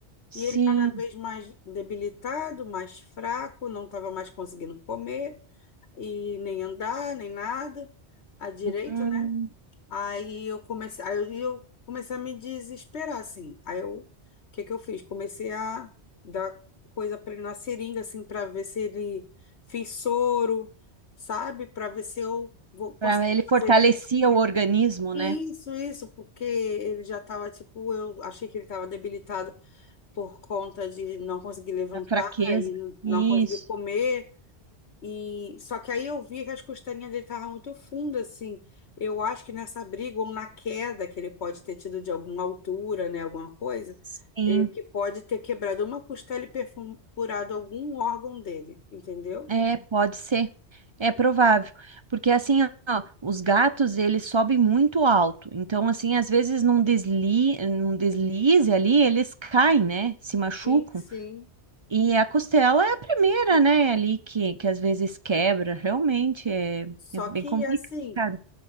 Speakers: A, on the right (about 30°); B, on the left (about 75°).
A: Sim.
B: E ele cada vez mais debilitado, mais fraco, não estava mais conseguindo comer, e nem andar, nem nada, à direita,
A: Hum,
B: né? Aí eu comecei, aí eu, eu comecei a me desesperar, assim. Aí eu, o que que eu fiz? Comecei a dar coisa para ele na seringa, assim, para ver se ele fiz soro, sabe? Para ver se eu vou conseguir
A: pra- ele fortalecia
B: fazer ele.
A: o organismo,
B: Isso,
A: né?
B: isso, porque ele já estava, tipo, eu achei que ele estava debilitado por conta de não conseguir levantar
A: A fraqueza.
B: e não não
A: Isso.
B: conseguir comer. E só que aí eu vi que as costelinhas dele estavam muito fundas, assim. Eu acho que nessa briga ou na queda que ele pode ter tido de alguma altura, né, alguma coisa,
A: Sim.
B: ele que pode ter quebrado uma costela e perfurado algum órgão dele, entendeu?
A: É, pode ser. É provável. Porque assim, ó, os gatos, eles sobem muito alto. Então, assim, às vezes num desli, num deslize ali, eles caem, né? Se machucam.
B: Sim, sim.
A: E a costela é a primeira, né, ali que, que às vezes quebra, realmente é,
B: Só
A: é bem
B: que
A: complicado.
B: assim,